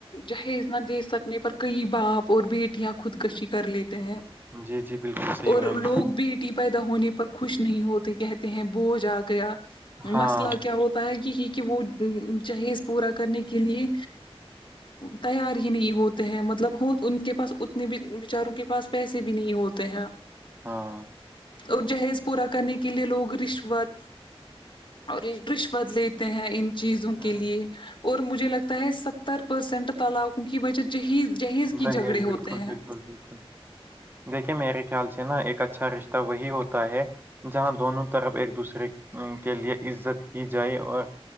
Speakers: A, on the left; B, on the right.
A: جہیز نہ دے سکنے پر کئی باپ اور بیٹیاں خودکشی کر لیتے ہیں
B: جی جی بالکل صحیح
A: اور
B: میم
A: لوگ بیٹی پیدا ہونے پر خوش نہیں ہوتے کہتے ہیں بوجھ آ گیا
B: ہاں
A: مسئلہ کیا ہوتا ہے یہی کہ وہ جہیز پورا کرنے کے لیے تیار ہی نہیں ہوتے ہیں مطلب ہو ان کے پاس اتنے بھی بچاروں کے پاس پیسے بھی نہیں ہوتے ہیں
B: ہاں
A: اور جہیز پورا کرنے کے لیے لوگ رشوت اور رشوت لیتے ہیں ان چیزوں
B: ہاں،
A: کے لیے اور مجھے لگتا ہے ستر پرسینٹ تلاقوں کی وجہ جہیز جہیز کی
B: دہیج
A: جھگڑے ہوتے
B: بالکل
A: ہیں
B: بالکل بالکل دیکھیے میرے خیال سے نا ایک اچھا رشتہ وہی ہوتا ہے جہاں دونوں طرف ایک دوسرے کے لیے عزت کی جائے اور